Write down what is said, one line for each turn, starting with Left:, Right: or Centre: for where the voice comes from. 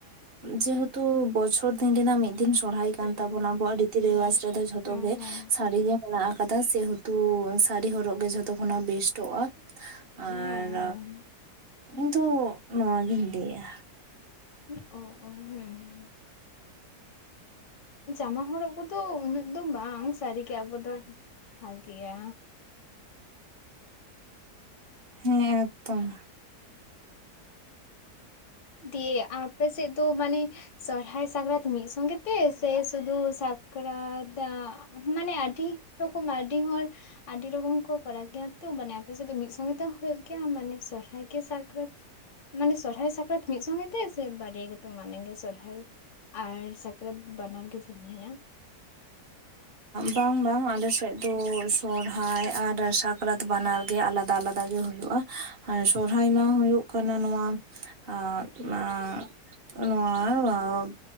Right: ᱡᱮᱦᱮᱛᱩ ᱵᱚᱪᱷᱚᱨ ᱫᱤᱱ ᱨᱮᱱᱟᱜ ᱢᱤᱫ ᱫᱤᱱ ᱥᱚᱨᱚᱦᱟᱭ ᱠᱟᱱ
Left: ᱦᱩᱸ
Right: ᱛᱟᱵᱚᱱᱟ ᱟᱵᱚᱣᱟᱜ ᱨᱤᱛᱤ
Left: ᱦᱩᱸ
Right: ᱨᱮᱣᱟ ᱨᱮᱫᱚ ᱡᱷᱚᱛᱚ
Left: ᱦᱩᱸ
Right: ᱜᱮ
Left: ᱦᱩᱸ
Right: ᱥᱟᱹᱨᱤᱜᱮ ᱢᱮᱱᱟᱜ ᱟᱠᱟᱫᱟ ᱥᱮᱦᱮᱛᱩ ᱥᱟᱹᱨᱤ ᱦᱚᱨᱚᱜ ᱜᱮ ᱡᱷᱚᱛᱚ ᱠᱷᱚᱱᱟᱜ ᱵᱮᱥ ᱴᱚᱜᱼᱟ
Left: ᱦᱮᱸ
Right: ᱟᱨ
Left: ᱦᱮᱸ
Right: ᱤᱧᱫᱚ ᱱᱚᱣᱟᱜᱤᱧ ᱞᱟᱹᱭᱟ
Left: ᱦᱮᱸ ᱦᱸ ᱡᱟᱢᱟ ᱦᱚᱲᱚᱜ ᱠᱚᱫᱚ ᱩᱱᱟᱹᱜ ᱫᱚ ᱵᱟᱝ ᱥᱟᱹᱨᱤ ᱜᱮ ᱟᱵᱚ ᱫᱚ ᱵᱷᱟᱜᱮᱭᱟ
Right: ᱦᱮᱸ ᱮᱠᱫᱚᱢ
Left: ᱫᱤᱭᱮ ᱟᱯᱮ ᱥᱮᱫ ᱫᱚ ᱢᱟᱱᱮ ᱥᱚᱨᱦᱟᱭ ᱥᱟᱠᱨᱟᱛ ᱢᱤᱫ ᱥᱚᱸᱜᱮ ᱛᱮ ᱥᱮ ᱥᱩᱫᱩ ᱥᱟᱠᱨᱟᱛ ᱢᱟᱱᱮ ᱟᱹᱰᱤ ᱨᱚᱠᱚᱢ ᱢᱟᱨᱰᱤᱦᱚᱨ ᱟᱹᱰᱤ ᱨᱚᱠᱚᱢ ᱠᱚ ᱠᱚᱨᱟᱣ ᱜᱮᱭᱟ ᱛᱚ ᱢᱟᱱᱮ ᱟᱯᱮ ᱥᱮᱫ ᱫᱚ ᱢᱤᱫ ᱥᱚᱸᱜᱮ ᱛᱮᱦᱚᱸ ᱦᱩᱭᱩᱜᱳ ᱜᱮᱭᱟ ᱢᱟᱱᱮ ᱥᱚᱨᱦᱟᱭ ᱜᱮ ᱥᱟᱠᱨᱟᱛ ᱢᱟᱱᱮ ᱥᱚᱨᱦᱟᱭ ᱥᱟᱠᱨᱟᱛ ᱢᱤᱫ ᱥᱚᱸᱜᱮ ᱛᱮ ᱥᱮ ᱵᱟᱨᱭᱟ ᱜᱮᱯᱮ ᱢᱟᱱᱮ ᱜᱮᱭᱟ ᱥᱚᱨᱦᱟᱭ ᱟᱨ ᱥᱟᱠᱨᱟᱛ ᱵᱟᱱᱟᱨ ᱜᱮ ᱯᱷᱤᱞᱤᱢ ᱦᱱᱟᱜ
Right: ᱵᱟᱝ ᱵᱟᱝ ᱟᱞᱮᱥᱮᱫ ᱫᱚ ᱥᱚᱨᱦᱟᱭ ᱟᱨ ᱥᱟᱠ ᱥᱟᱠᱨᱟᱛ ᱵᱟᱱᱟᱨ ᱜᱮ ᱟᱞᱟᱫᱟ ᱟᱞᱟᱫᱟ ᱜᱮ ᱦᱩᱭᱩᱜᱼᱟ ᱟᱨ ᱥᱚᱨᱦᱟᱭ ᱢᱟ ᱦᱩᱭᱩᱜ ᱠᱟᱱᱟ ᱱᱚᱣᱟ ᱟ ᱱᱟ ᱱᱚᱣᱟ